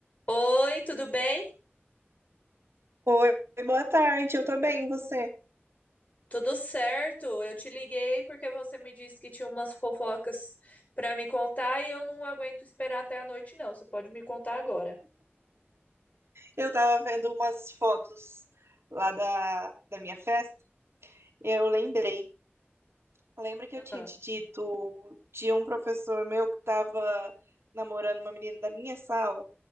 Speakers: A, on the left (about 35°); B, on the right (about 70°).
A: Oi, tudo bem?
B: Oi, boa tarde, eu tô bem, e você?
A: Tudo certo? Eu te liguei porque você me disse que tinha umas fofocas para me contar e eu não aguento esperar até a noite, não. Você pode me contar agora.
B: Eu tava vendo umas fotos lá da, da minha festa e eu lembrei. Lembra que eu tinha
A: Ah,
B: te dito de um professor meu que tava namorando uma menina da minha sala?